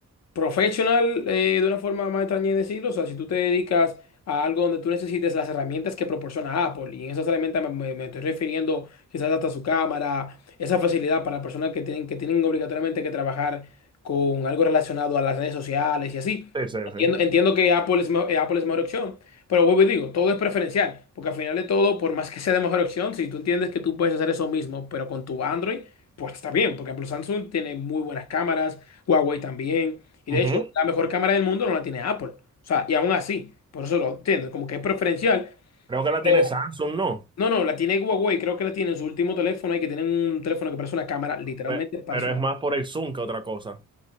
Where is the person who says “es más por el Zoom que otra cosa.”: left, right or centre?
Right